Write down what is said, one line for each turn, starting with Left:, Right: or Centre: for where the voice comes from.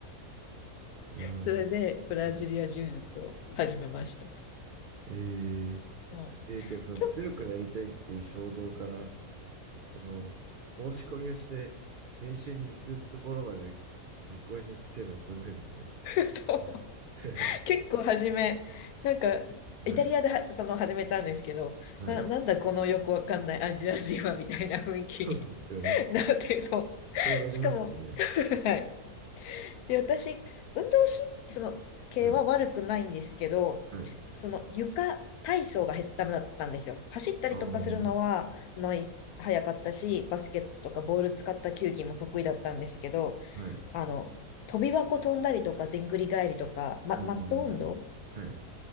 Right: なるほど。
Left: それでブラジリア柔術を始めました。
Right: はい。えー、
Left: うん、
Right: えー、
Left: <laughs>
Right: けどその強くなりたいっていう衝動から、
Left: 結
Right: その、申し込みをして、練習に行くところまで実行に移せるのすごいですね。
Left: 構そう
Right: <laughs>
Left: 結構初め、なんかイタリアではその始めたんですけど、
Right: はい。はい。
Left: な、なんだこのよくわかんないアジア人はみたいな雰囲気に
Right: そうですよね。
Left: <laughs> なってそう。
Right: そうなりますよね。
Left: しかも <laughs> はい。で、私、運動神その系は悪くないんですけど、
Right: はい。はい。
Left: その床体操がダメだったんですよ。走ったりとかするのは、
Right: ああ、はい。
Left: まあ、い早かったし、バスケットとかボール使った球技も得意だったんですけど、
Right: はい。
Left: あの、飛び箱飛んだりとか、でんぐり返りとか、ま、
Right: うん。
Left: マット運動
Right: はい。